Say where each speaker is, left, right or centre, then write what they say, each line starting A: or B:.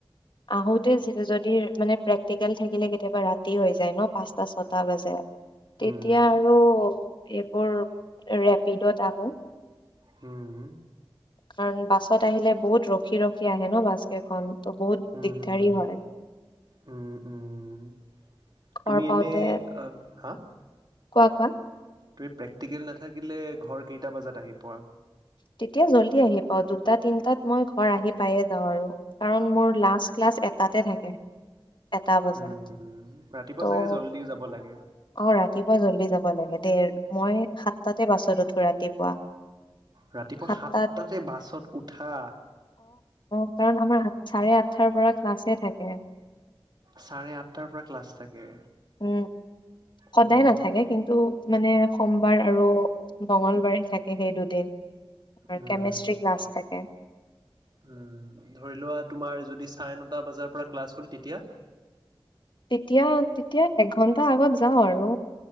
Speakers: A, on the left; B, on the right.
A: আহোতে যদি মানে প্ৰেক্টিকেল থাকিলে কেতিয়াবা ৰাতি হৈ যায় ন। পাঁচটা ছটা বাজে তেতিয়া
B: উম,
A: আৰু এপৰ ৰেপিডত আহো।
B: হম
A: কাৰণ বাছত আহিলে বহুত ৰখি ৰখি আহে ন বাছ কেইখন, ত বহুত
B: উম,
A: দিগদাৰি
B: উম,
A: হয়।
B: উম, উম।
A: ঘৰ
B: তুমি
A: পাওঁতে
B: এনে হা
A: কোৱা কোৱা।
B: তুমি প্ৰেক্টিকেল নাথাকিলে ঘৰ কেইটা বজাত আহি পোৱা।
A: তেতিয়া জল্দি আহি পাও দুটা তিনটাত মই ঘৰ আহি পাই কাৰণ মোৰ লাষ্ট ক্লাছ এটাতে থাকে। এটা বজাত
B: উম ৰাতিপুৱা
A: ত'
B: চাগে জলদিও যাব লাগে।
A: অ ৰাতিপুৱা জল্দি যাব লাগে দে মই সাতটাতে বাছত উঠো। ৰাতিপুৱা।
B: ৰাতিপুৱা
A: সাতটাত
B: সাতটাতে বাছত উঠা।
A: আহ কাৰণ আমাৰ চাৰে আঠাৰ পৰা ক্লাছে থাকে।
B: চাৰে আঠটাৰ পৰা ক্লাছ থাকে।
A: উ সদায়
B: অ',
A: নাথাকে কিন্তু মানে সোমবাৰ আৰু মঙলবাৰে থাকে সেই দুদিন। আৰু
B: উম।
A: কেমেষ্টষ্ট্ৰি ক্লাছ থাকে।
B: উম, ধৰি লোৱা তোমাৰ যদি চাৰে নটা বজাৰ পৰা ক্লাছ হ'ল তেতিয়া
A: তেতিয়া তেতিয়া এঘন্টা আগত যাওঁ আৰু